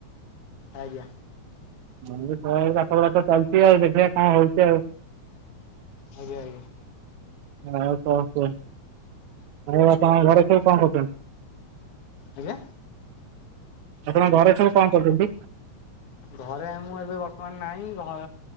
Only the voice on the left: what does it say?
ଆଜ୍ଞା।
ଆଜ୍ଞା ଆଜ୍ଞା।
ଆଜ୍ଞା
ଘରେ ମୁଁ ଏବେ ବର୍ତ୍ତମାନ ନାହିଁ ଘ